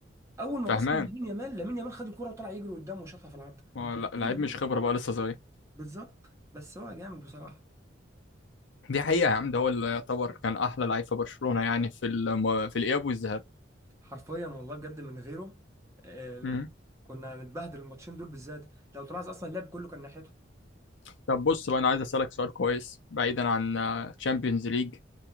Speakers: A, on the right; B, on the left.
A: اول ما
B: فاهمان
A: باص لامين يامال لامين يامال خد الكوره وطلع يجري قدامه وشاطها في العارضه
B: هو
A: انت
B: لا-
A: بتعمل
B: لعيب مش
A: ايه
B: خبرة بقى لسه صغير
A: بالظبط بس هو جامد بصراحه
B: دي حقيقة يا عم ده هو اللي يعتبر كان أحلى لعيب في برشلونة يعني في الم... في الإياب والذهاب
A: حرفيا والله بجد من غيره آه،
B: مم.
A: كنا هنتبهدل الماتشين دول بالذات لو تلاحظ اصلا اللعب كله كان ناحيته
B: طب بص بقى أنا عايز أسألك سؤال كويس بعيدا عن تشامبيونز ليج